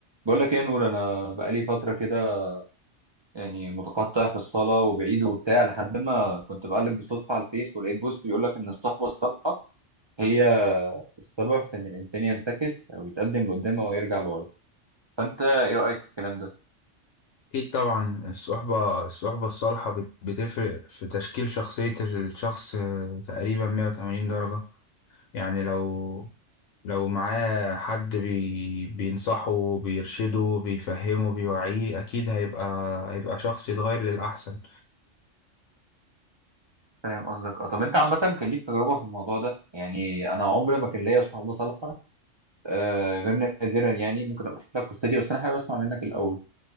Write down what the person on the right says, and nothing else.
بقول لك ايه يا نور انا بقالي فتره كده يعني متقطع في الصلاه وبعيد وبتاع لحد ما كنت بقلب بالصدفه على الفيس ولقيت بوست بيقول لك ان الصحبه الصالحه هي السبب في ان الانسان ينتكس او يتقدم لقدام او يرجع لورا فانت ايه رايك في الكلام ده
فاهم قصدك اه طب انت عامه كان ليك تجربه في الموضوع ده يعني انا عمري ما كان ليا صحبه صالحه آه غير نادرا يعني ممكن ابقى احكي لك قصتي بس انا حابب اسمع منك الاول